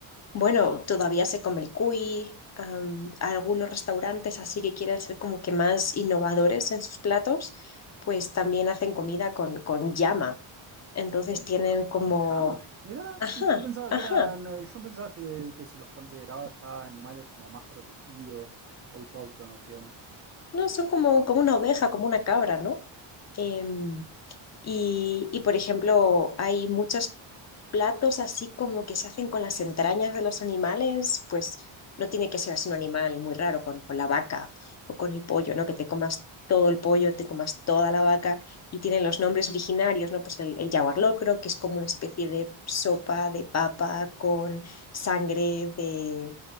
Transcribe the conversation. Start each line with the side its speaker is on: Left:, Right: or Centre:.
Left: Bueno, todavía se come el cuy, am, algunos restaurantes así que quieren ser como que más innovadores en sus platos, pues también hacen comida con, con llama. Entonces
Right: ¿Con,
Left: tienen
Right: ya-
Left: como,
Right: con llamas? Mirá,
Left: ajá,
Right: yo pensaba
Left: ajá,
Right: que eran, eh, yo pensaba que, que se los consideraba ya animales como más protegidos, autóctonos y demás.
Left: no, son como, como una oveja, como una cabra, ¿no? Em, Y, y, por ejemplo, hay muchos platos así como que se hacen con las entrañas de los animales, pues no tiene que ser así un animal muy raro, con, con la vaca o con el pollo, ¿no? Que te comas todo el pollo, te comas toda la vaca y tienen los nombres originarios, ¿no? Pues el, el yaguar locro, que es como una especie de sopa de papa con sangre de...